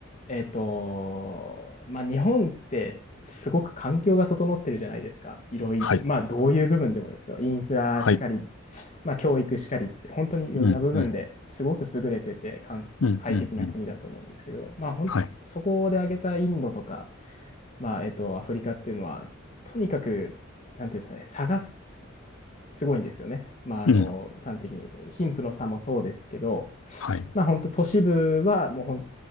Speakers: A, on the left; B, on the left.
A: えっと、まあ、日本ってすごく環境が整ってるじゃないですか。いろいろ、
B: はい、
A: まあ、どういう部分でもですけど、インフラしかり、
B: はい。
A: まあ、教育しかりって、本当にいろいろな部分ですごく優れてて、
B: うん、うん、
A: 環快適な国だと思うんですけど、
B: うん、うん、うん。
A: まあ、ほん、
B: はい。
A: そこで挙げたインドとか、まあ、えっと、アフリカっていうのは、とにかく、なんていうんですかね、探す、すごいんですよね。まあ、あの、
B: うん、
A: 端的に言うと、貧富の差もそうですけど、
B: はい。
A: まあ、本当都市部はもうほん